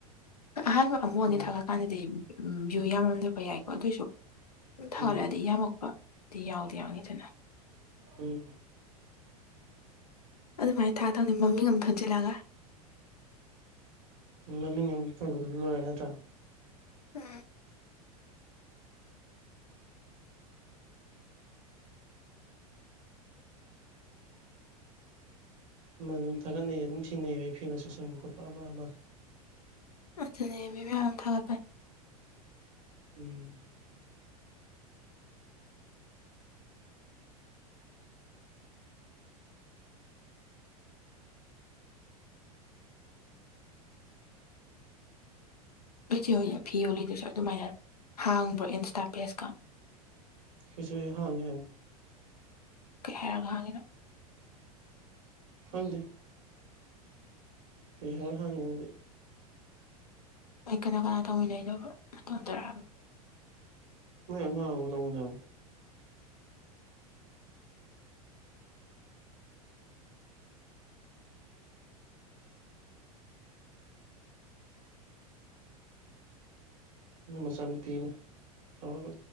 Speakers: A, on the left (about 80°); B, on the right (about 55°).
A: ꯑꯍꯥꯟꯕ ꯑꯃꯛꯅꯤ
B: ꯎꯝ
A: ꯊꯥꯒꯠꯂꯀꯥꯟꯗꯗꯤ ꯎꯝ ꯚꯨ ꯌꯥꯝꯃꯝꯗꯕ ꯌꯥꯏꯀꯣ ꯑꯗꯨꯑꯣꯏꯁꯨ ꯊꯥꯒꯠꯂꯛꯑꯗꯤ
B: ꯎꯝ
A: ꯌꯥꯝꯃꯛꯄ ꯗꯤ ꯌꯥꯎꯗꯤ ꯌꯥꯎꯅꯤꯗꯅ
B: ꯎꯝ
A: ꯑꯗꯨꯃꯥꯏꯅ ꯊꯥꯗꯧꯅꯤ ꯃꯃꯤꯡ ꯑꯃꯝ ꯊꯣꯟꯖꯤꯜꯂꯒ
B: ꯎ ꯃꯃꯤꯡ ꯑꯃ ꯊꯣꯡꯒꯠꯂ ꯂꯣꯏꯔꯦ ꯅꯠꯇ꯭ꯔꯥ
A: ꯎꯝ
B: ꯑꯗꯨꯝ ꯊꯥꯒꯠꯅꯩꯌꯦ ꯑꯗꯨꯝ ꯊꯦꯡꯅꯩꯌꯦꯕ ꯐꯤ ꯃꯁꯨ ꯁꯪꯕ ꯈꯣꯠꯄ ꯑꯃ ꯑꯃ
A: ꯑꯗꯨꯅꯦꯕꯤ ꯃꯌꯥꯝ ꯊꯥꯒꯠꯄꯅꯦ
B: ꯎꯝ
A: ꯐ ꯐꯤ ꯌꯣꯜꯂꯤꯗꯨꯁꯨ ꯑꯗꯨꯃꯥꯏꯅ ꯍꯥꯡꯕ꯭ꯔꯣ ꯏꯟꯁꯇꯥ ꯄꯦꯖꯀ
B: ꯀꯩꯁꯨ ꯍꯥꯡꯉꯦ ꯍꯪ
A: ꯀꯩ ꯍꯥꯏꯔꯒ ꯍꯪꯉꯤꯅꯣ
B: ꯐꯪꯗꯦ ꯄꯩꯁꯥꯔ ꯍꯥꯡꯉꯅꯗ
A: ꯑꯩ ꯀꯅꯥ ꯀꯅꯥ ꯇꯧꯃꯤꯟꯅꯩꯗꯣ ꯇꯣꯟꯖꯔꯛꯑꯕ
B: ꯎ ꯃꯣ ꯃꯅꯣ ꯃꯆꯥꯅꯨꯄꯤꯤꯅ ꯇꯧꯔꯒ